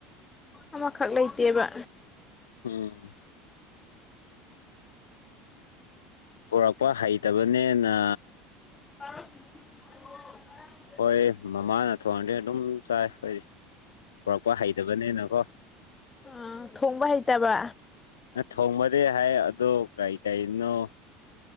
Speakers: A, on the left (about 20°); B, on the left (about 75°).
A: ꯑꯃꯈꯛ ꯂꯩꯇꯦꯕ
B: ꯎꯝ ꯄꯨꯣꯔꯛꯄ ꯍꯩꯇꯕꯅꯤꯅ
A: <inaudible>
B: ꯍꯣꯏ ꯃꯃꯥꯅ ꯊꯣꯟꯗꯤ ꯑꯗꯨꯝ ꯆꯥꯏ ꯑꯩꯈꯣꯏꯗꯤ ꯄꯨꯣꯔꯛꯄ ꯍꯩꯇꯕꯅꯤꯅꯀꯣ
A: ꯑ ꯊꯣꯡꯕ ꯍꯩꯇꯕ
B: ꯅ ꯊꯣꯡꯕꯗꯤ ꯍꯥꯏ ꯑꯗ ꯀꯩ ꯀꯅꯣ